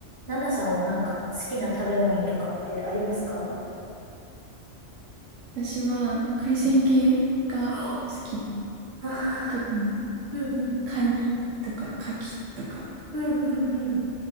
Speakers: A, on the right; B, on the right.
A: ナナさんはなんか好きな食べ物とかってありますか
B: 私は海鮮系が好きで、
A: うん。はあ、あ
B: 特に
A: ーうんうん、
B: カニとかカキとか、
A: うんうんうん。